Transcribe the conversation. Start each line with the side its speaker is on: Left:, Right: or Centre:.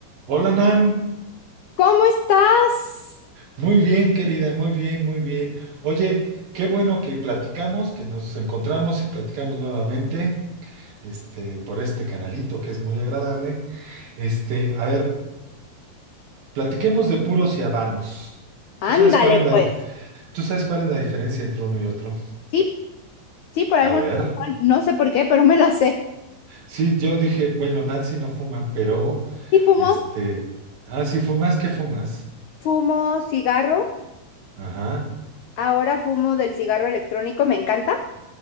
Right: Hola Nan,
Left: ¿Cómo estás?
Right: muy bien querida, muy bien, muy bien. Oye, qué bueno que platicamos, que nos encontramos y platicamos nuevamente, este, por este canalito que es muy agradable. Este, a ver, platiquemos de puros y habanos.
Left: Ándale,
Right: ¿Tú sabes cuál es la,
Left: pues.
Right: tú sabes cuál es la diferencia entre uno y otro?
Left: Sí, sí, por alguna
Right: A ver,
Left: razón, no sé por qué, pero me la sé.
Right: sí, yo dije, bueno, Nancy no fuma, pero,
Left: ¿Y fumo?
Right: este, ah, si fumas, ¿qué fumas?
Left: Fumo cigarro.
Right: Ajá,
Left: Ahora fumo del cigarro electrónico, me encanta,